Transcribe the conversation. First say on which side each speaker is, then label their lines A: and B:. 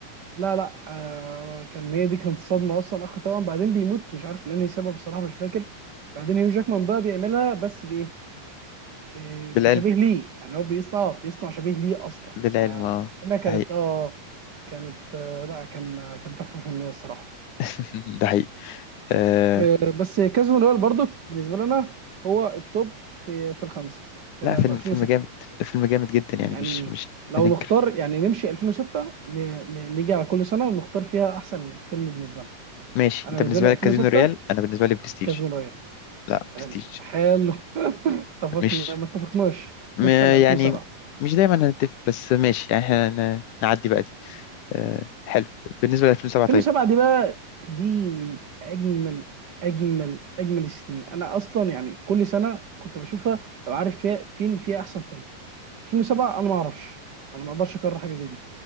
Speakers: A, on the right; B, on the left.
A: لا لا آه كان هي دي كانت صدمه اصلا اخ توأم بعدين بيموت مش عارف لاني سبب الصراحه مش فاكر بعدين هيو جاكمان بقى بيعملها بس بايه آه،
B: بالعلم
A: بشبيه ليه يعني هو بيصنع بيصنع شبيه ليه اصلا
B: بالعلم
A: فانها
B: اه
A: كانت
B: ده حقيقي
A: اه كانت آه لا كان آه، كان تحفه فنيه الصراحه
B: <laughs> ده حقيقي آه.
A: آه بس كازون رويال برضو بالنسبه لنا هو التوب في في الخمسه في
B: لا فيلم
A: في 2006
B: فيلم جامد فيلم جامد جدا يعني
A: يعني
B: مش مش
A: لو
B: هننكر
A: نختار يعني نمشي 2006 ن- ن- نيجي على كل سنه ونختار فيها احسن فيلم بالنسبه لنا
B: ماشي
A: انا
B: انت
A: بالنسبه
B: بالنسبه
A: لي 2006
B: لك كازينو ريال انا بالنسبه لي برستيج
A: كازينو رويال
B: لا
A: حلو
B: برستيج
A: حلو <laughs> اتفقنا
B: مش
A: ما اتفقناش
B: م...
A: خش على 2007
B: يعني مش دايما هنتفق بس ماشي يعني احنا ن- نعدي بقى دي أه حلو بالنسبه ل 2007
A: 2007
B: طيب
A: دي بقى دي من اجمل اجمل اجمل السنين انا اصلا يعني كل سنه كنت بشوفها ببقى عارف فيها فين فيها احسن فيلم 2007 انا ما اعرفش انا ما اقدرش اكرر حاجه زي دي